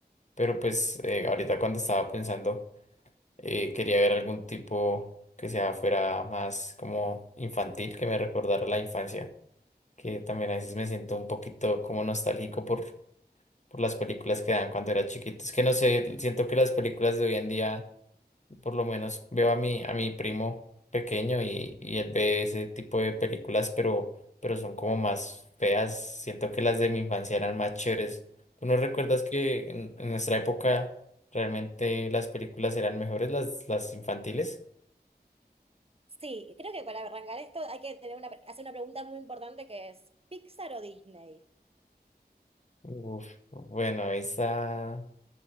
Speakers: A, on the left; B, on the right.
A: Pero pues eh, ahorita cuando estaba pensando eh, quería ver algún tipo que sea fuera más como infantil, que me recordara la infancia, que también a veces me siento un poquito como nostálgico por, por las películas que dan cuando era chiquito. Es que no sé, siento que las películas de hoy en día Por lo menos veo a mi, a mi primo pequeño y, y él ve ese tipo de películas, pero, pero son como más feas. Siento que las de mi infancia eran más chéveres. ¿Tú no recuerdas que en, en nuestra época realmente las películas eran mejores, las, las infantiles?
B: Sí, creo que para arrancar esto hay que tener una, hacer una pregunta muy importante que es, ¿Pixar o Disney?
A: Uf, bueno, esa...